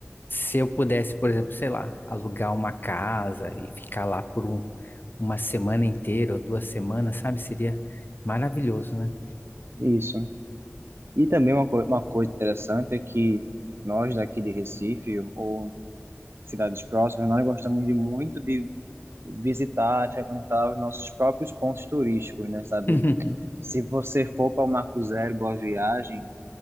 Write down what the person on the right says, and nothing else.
Isso. E também uma, co uma coisa interessante é que nós daqui de Recife ou cidades próximas, nós gostamos de muito de visitar, frequentar os nossos próprios pontos turísticos, né, sabe?
Se você for para o Marco Zero, Boa Viagem,